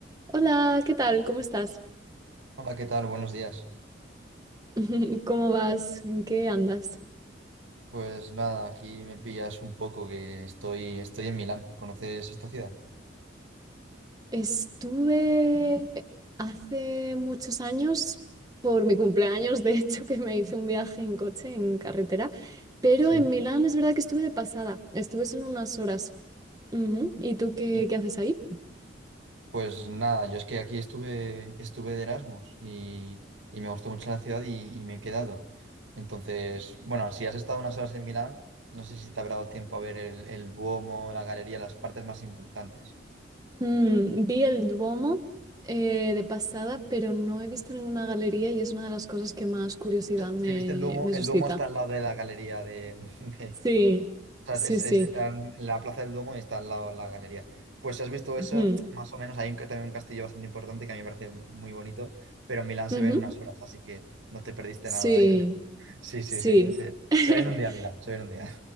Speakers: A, on the right (about 20°); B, on the right (about 80°).
A: Hola, ¿qué tal? ¿Cómo estás?
B: Hola, ¿qué tal? Buenos días.
A: <laughs> ¿Cómo vas? ¿En qué andas?
B: Pues nada, aquí me pillas un poco que estoy, estoy en Milán. ¿Conoces esta ciudad?
A: Estuve hace muchos años, por mi cumpleaños, de hecho, que me hice un viaje en coche, en carretera, pero
B: Sí.
A: en Milán es verdad que estuve de pasada, estuve solo unas horas. Ujú. ¿Y tú qué,
B: Y
A: qué haces ahí?
B: pues nada, yo es que aquí estuve, estuve de Erasmus y, y me gustó mucho la ciudad y, y me he quedado. Entonces, bueno, si has estado unas horas en Milán, no sé si te habrá dado tiempo a ver el, el Duomo, la galería, las partes más importantes.
A: Mm, vi el Duomo eh, de pasada, pero no he visto ninguna galería y es una de las cosas que más curiosidad
B: <laughs>
A: me,
B: Si viste el Duomo,
A: me
B: el
A: suscita.
B: Duomo está al lado de la galería de, <laughs> de,
A: Sí,
B: O
A: sí,
B: sea, es-
A: sí.
B: es- está en la Plaza del Duomo y está al lado la galería. Pues si has visto
A: Ujú.
B: eso, más o menos hay un ca- también un castillo bastante importante que a mí me parece muy bonito, pero Milán
A: Ujú.
B: se ve en unas horas, así que no te perdiste
A: Sí,
B: nada. <laughs> Sí, sí,
A: sí.
B: sí. Se,
A: <laughs>
B: se ve en un día Milán, se ve en un día.